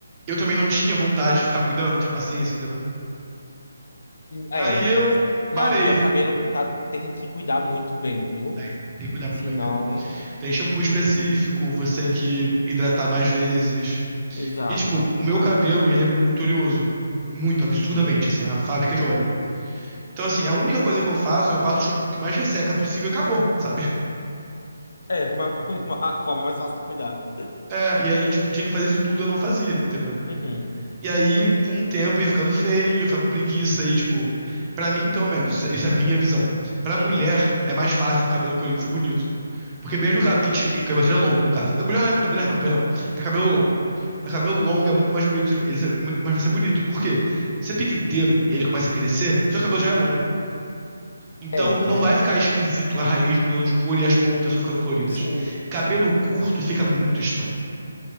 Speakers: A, on the right (about 20°); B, on the left (about 65°).
A: eu também não tinha vontade de ficar cuidando, não tinha paciência, entendeu?
B: É.
A: Aí eu parei.
B: Não, e pior, cabelo pintado tem que cuidar muito bem, viu?
A: Tem, tem que cuidar
B: Senão.
A: muito bem, cara. Tem shampoo específico, você tem que
B: Uhum.
A: hidratar mais vezes.
B: Exato.
A: E, tipo, o meu cabelo, ele é muito oleoso. Muito, absurdamente,
B: Uhum.
A: assim, é a fábrica de óleo. Então, assim, a única coisa que eu faço é eu passo o shampoo que mais resseca possível e acabou, sabe? <laughs>
B: É, uma, <laughs> uma forma mais fácil de cuidar.
A: É, e aí, tipo, tinha que fazer isso tudo, eu não fazia, entendeu?
B: Uhum.
A: E aí, com o tempo, ia ficando feio, ia ficar com preguiça, e, tipo, pra mim, pelo menos, isso, é, isso é a minha visão. Pra mulher,
B: Uhum.
A: é mais fácil o cabelo colorido ser bonito. Porque mesmo que ela pinte, e cabelo seja longo, no caso. Mulher,
B: Uhum.
A: mulher não, perdão. Pra cabelo longo. Pra cabelo longo é muito mais bonito, ele ser, muito mais vai ser bonito. Por quê? Você pinta inteiro e ele começa a crescer, seu cabelo já é longo. Então
B: É,
A: não
B: verdade.
A: vai ficar esquisito a raiz mudando de cor e as pontas só ficando coloridas.
B: Sim,
A: Cabelo
B: sim.
A: curto fica muito estranho,